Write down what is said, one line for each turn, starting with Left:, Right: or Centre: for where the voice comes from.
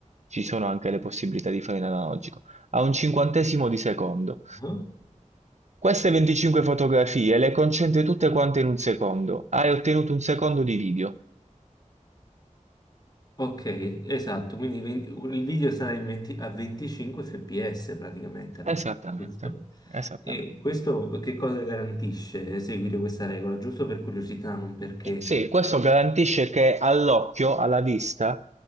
Right: ci sono anche le possibilità di fare in analogico, a un cinquantesimo di secondo.
Left: ah,
Right: Queste 25 fotografie le concentri tutte quante in un secondo, hai ottenuto un secondo di video.
Left: ok, esatto. Quindi ven- il video sarà in 20 a 25 fps praticamente alla fine,
Right: Esattamente,
Left: giusto?
Right: esattamente.
Left: E questo che cosa garantisce seguire questa regola? Giusto per curiosità, non perché.
Right: Sì, questo garantisce che all'occhio, alla vista,